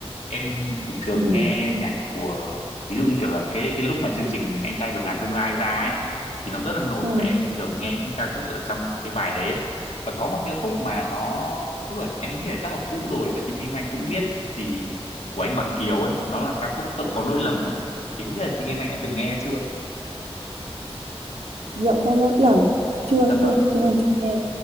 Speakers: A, on the left; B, on the right.
A: em chỉ thường
B: ừ
A: nghe nhạc của ví dụ như kiểu là cái cái lúc mà chương trình Anh trai vượt ngàn chông gai ra ấy thì nó rất là nổi
B: ừ
A: và em thường nghe những ca khúc ở trong cái bài đấy ấy. và có một cái khúc mà nó tức là em nghĩ là chắc là cũ rồi và chị Kim Anh cũng biết thì của anh Bằng Kiều ấy nó là ca khúc dẫu có lỗi lầm ấy thì không biết là chị Kim Anh đã từng nghe chưa
B: dẫu có lỗi lầm chưa
A: dạ
B: chưa
A: vâng
B: Kim Anh chưa nghe